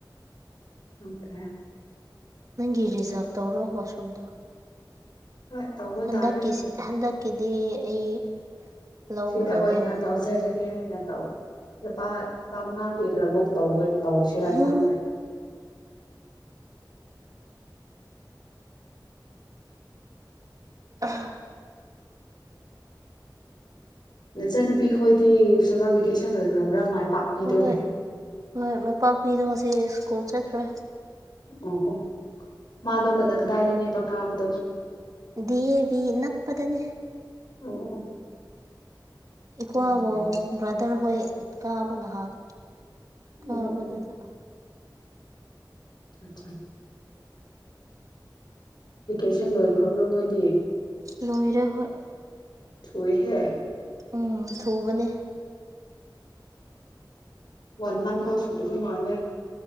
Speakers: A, on the left; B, on the right.
A: ꯐꯗꯦ
B: ꯅꯪꯒꯤ ꯔꯤꯖꯥꯕ ꯇꯧꯔꯣ ꯋꯥꯁꯔꯨꯝꯗꯣ
A: ꯍꯣꯏ ꯇꯧꯕ
B: ꯍꯟꯗꯛꯀꯤꯁꯤꯗꯤ
A: ꯇꯥꯔꯦ
B: ꯍꯟꯗꯛꯀꯤꯗꯤ ꯑꯩ ꯂꯧꯈ꯭ꯔꯒꯦ
A: ꯁꯤꯗ ꯑꯣꯏꯅ
B: ꯍꯥꯏꯅ
A: ꯂꯧꯖꯔꯒꯦꯅ ꯇꯧ ꯂꯨꯄꯥ ꯆꯥꯃꯉꯥ ꯄꯤꯔꯒ ꯕꯨꯛ ꯇꯧꯕ ꯇꯧꯁꯤꯔꯥ
B: ꯍꯣꯏ
A: ꯈꯪꯅꯦ
B: ꯑ
A: ꯅꯆꯟꯅꯨꯄꯤ ꯈꯈꯣꯏꯗꯤ ꯁꯝꯃꯔ ꯚꯦꯀꯦꯁꯟ ꯂꯣꯏꯈ꯭ꯔꯕ꯭ꯔꯥ ꯄꯥꯛꯄꯤꯗꯣ
B: ꯑꯣꯏ ꯍꯣꯏ ꯃꯥꯏꯄꯥꯛꯄꯤꯗꯣ ꯉꯁꯤ ꯁ꯭ꯀꯨꯜ ꯆꯠꯈ꯭ꯔꯦ
A: ꯑꯣ ꯑꯣ ꯃꯥꯗꯣ ꯀꯗꯥ ꯀꯗꯥꯏꯔꯤꯅꯦꯕ ꯀꯥꯕꯗꯣ
B: ꯗꯤ ꯑꯦ ꯚꯤ ꯅꯛꯄꯗꯅꯦ
A: ꯑꯣ ꯑꯣ
B: ꯏꯀ꯭ꯋꯥꯕꯧ
A: ꯌꯥꯝ ꯐꯩꯌꯦ
B: ꯕ꯭ꯔꯥꯗꯔ ꯍꯣꯏ ꯀꯥꯕ ꯅꯍꯥꯛ ꯀꯕꯗꯗ
A: ꯑꯣ ꯑꯣ ꯑꯆꯥ ꯚꯤꯀꯦꯁꯟ ꯂꯣꯏꯈ꯭ꯔꯕ꯭ꯔꯥ ꯃꯣꯏꯗꯤ
B: ꯂꯣꯏꯔꯦ ꯍꯣꯏ
A: ꯊꯣꯏꯍꯦ
B: ꯎꯝ ꯊꯨꯕꯅꯦ
A: ꯋꯥꯟꯃꯥꯟ ꯈꯥꯎ ꯁꯇ ꯃꯥꯅꯦꯦ